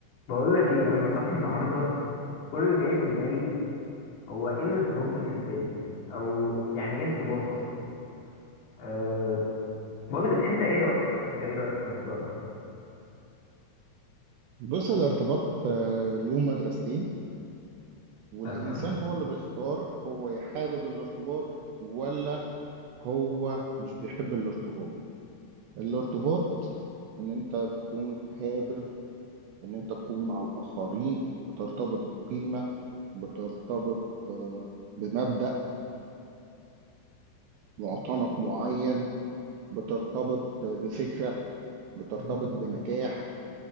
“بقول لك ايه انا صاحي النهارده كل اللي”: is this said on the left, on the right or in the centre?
Left